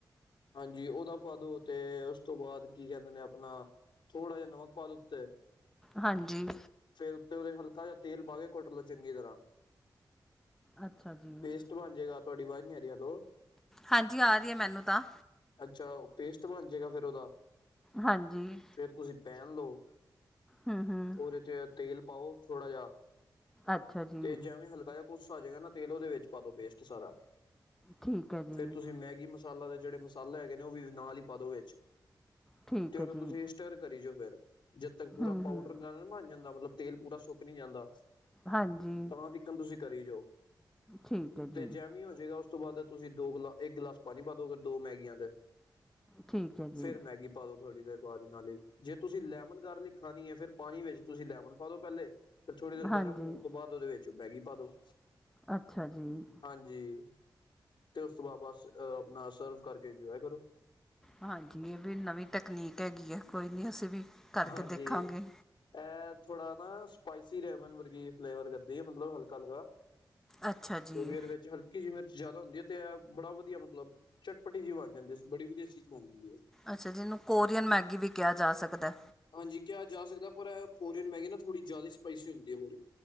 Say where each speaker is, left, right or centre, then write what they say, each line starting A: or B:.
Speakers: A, on the left (about 80°); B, in the centre.
A: ਹਾਜੀ ਉਹਦਾ ਪਾਦੋ ਤੇ ਉਸ ਤੋਂ ਬਾਅਦ ਕੀ ਕਹਿੰਦੇ ਨੇ ਆਪਣਾ ਥੋੜਾ ਜਿਹਾ ਨਮਕ ਪਾ ਦੋ ਉਤੇ
B: ਹਾਂਜੀ
A: ਫੇਰ ਉੱਥੇ ਉਹਦੇ ਹਲਕਾ ਜ ਤੇਲ ਪਾਾਹ ਕੇ ਕੁੱਟ ਲਓ ਚੰਗੀ ਤਰ੍ਹਾਂ।
B: ਅੱਛਾ ਜੀ
A: ਪੇਸਟ ਬਣ ਜੇਗਾ। ਤੁਹਾਡੀ ਵਾਜ ਨੀ ਆਂ ਰਹੀ ਹੈਲੋ।
B: ਹਾਂਜੀ ਆ ਰਹੀ ਹੈ ਮੈਨੂੰ ਤਾਂ
A: ਅੱਛਾ ਪੇਸਟ ਬਣ ਜੇਗਾ ਫੇਰ ਉਹਦਾ
B: ਹਾਂਜੀ
A: ਫੇਰ ਤੁਸੀਂ ਪੈਨ ਲਓ।
B: ਹੂੰ ਹੂੰ
A: ਉਹਦੇ ਚ ਤੇਲ ਪਾਓ ਥੋੜਾ ਜਿਹਾ
B: ਅੱਛਾ ਜੀ
A: ਤੇ ਜੈਵੇਂ ਹਲਕਾ ਜਿਹਾ ਨਾ <unintelligible> ਤੇਲ ਉਹਦੇ ਵਿੱਚ ਪਾ ਦੋ ਪੇਸਟ ਸਾਰਾ
B: ਠੀਕ ਹੈ ਜੀ
A: ਫੇਰ ਤੁਸੀਂ ਮੈਗੀ ਦਾਲਾ ਦੇ ਜਿਹੜੇ ਮਸਾਲੇ ਹੈਗੇ ਨੇ ਉਹ ਵੀ ਨਾਲ ਹੀ ਪਾ ਦੋਵੇ ਵਿੱਚ।
B: ਠੀਕ
A: ਤੇ ਉਹਨੂੰ
B: ਹੈ ਜੀ
A: ਤੁਸੀਂ ਸਟਰ ਕਰੀ ਜਾਓ ਫਿਰ ਜਦ ਤੱਕ ਪੂਰਾ
B: ਹੂੰ
A: ਪਾਊਡਰ
B: ਹੂੰ
A: ਬਣ ਜਾਂਦਾ ਮਤਲਬ ਤੇਲ ਪੂਰਾ ਸੁੱਕ ਨੀ ਜਾਂਦਾ ਤਾਂ
B: ਹਾਂਜੀ
A: ਤਕਮ ਤੁਸੀਂ ਕਰੀ ਜੋਓ।
B: ਠੀਕ ਹੈ
A: ਤੇ
B: ਜੀ
A: ਜੈਮੀ ਹੋਜਏਗਾ ਉਸ ਤੋਂ ਬਾਅਦ ਤੁਸੀਂ ਦੋ ਗਲਾ ਇੱਕ ਗਿਲਾਸ ਪਾਣੀ ਪਾ ਦੋਗੇ ਦੋ ਮੈਗੀਆਂ ਦੇ।
B: ਠੀਕ ਹੈ ਜੀ
A: ਫੇਰ ਮੈਗੀ ਪਾ ਦੋ ਥਹਾੜੀ ਦੇਰ ਬਾਹਾਰੀ ਨਾਲ ਹੀ ਜੇ ਤੁਸੀਂ ਲੈਮਨ ਗਾਰਲਿਕ ਖਾਣੀ ਹੈ ਫੇਰ ਪਾਣੀ ਵਿੱਚ ਤੁਸੀਂ ਲੈਮਨ ਪਾ ਦੋ ਪਹਿਲੇ ਫੇਰ ਥੋੜ੍ਹੀ ਦੇਰ
B: ਹਾਂਜੀ
A: ਗਰਮ ਹੋਣ ਤੋਂ ਬਾਅਦ ਉਹਦੇ ਵਿੱਚ ਮੈਗੀ ਪਾ ਦੋ।
B: ਅੱਛਾ ਜੀ।
A: ਹਾਂਜੀ ਤੇ ਉਸ ਤੋਂ ਬਾਅਦ ਬਸ ਆਪਣਾ ਸਰਵ ਕਰਕੇ ਇੰਜੋਏ ਕਰੋ।
B: ਹਾਂਜੀ ਇਹ ਵੀ ਨਵੀਂ ਤਕਨੀਕ ਹੈਗੀ ਆ ਕੋਈ ਨੀ ਅਸੀਂ ਵੀ ਕਰਕੇ
A: ਹਾਂਜੀ।
B: ਦੇਖਾਂਗੇ
A: ਇਹ ਥੋੜਾ ਨਾ ਸਪਾਈਸੀ ਲੈਮਨ ਵਰਗੀ ਫਲੇਵਰ ਕਰਦੀ ਹੈ ਮਤਲਬ ਹਲਕਾ-ਹਲਕਾ।
B: ਅੱਛਾ ਜੀ
A: ਕਿੳਕੀ ਏਰੇ ਵਿੱਚ ਹਲ ਘੀ ਜੀ ਮਿਰਚ ਜਿਆਦਾ ਹੁੰਦੀ ਹੈ ਤੇ ਇਹ ਬੜਾ ਵਧੀਆ ਮਤਲਬ ਚਟਪੱਟੀ ਜਿਹੀ ਬਣ ਜਾਂਦੀ ਐ ਬੜੀ ਵਧੀਆ ਚੀਜ਼ ਬਣ ਜਾਂਦੀ ਐ।
B: ਅੱਛਾ ਜਿਹਨੂੰ ਕੋਰੀਅਨ ਮੈਗੀ ਵੀ ਕਿਹਾ ਜਾ ਸਕਦੈ।
A: ਹਾਂਜੀ ਕਿਹਾ ਜਾ ਸਕਦਾ ਪਰ ਪੋਰੀਅਨ ਮੈਗੀ ਨਾ ਥੋੜ੍ਹੀ ਜ਼ਿਆਦਾ ਹੀ ਸਪਾਈਸੀ ਹੁੰਦੀ ਹੋ।